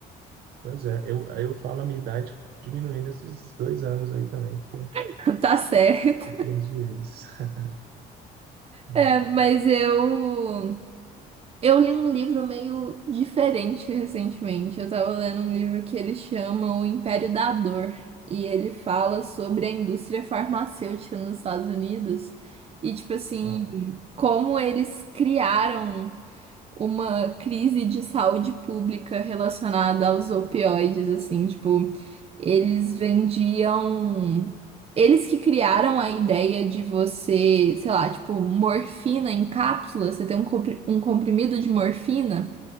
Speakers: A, on the right (about 70°); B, on the right (about 35°).
A: Pois é, eu, aí eu falo a minha idade diminuindo esses dois anos aí também, porque
B: <laughs> Tá certo.
A: eu perdi eles. <laughs> Hum,
B: É, mas eu. Eu li um livro meio diferente recentemente. Eu tava lendo um livro que ele chama O Império da Dor. E ele fala sobre a indústria farmacêutica nos Estados Unidos. E, tipo assim,
A: ó,
B: como eles criaram uma crise de saúde pública relacionada aos opioides, assim, tipo, eles vendiam. Eles que criaram a ideia de você, sei lá, tipo, morfina em cápsula, você tem um compri- um comprimido de morfina,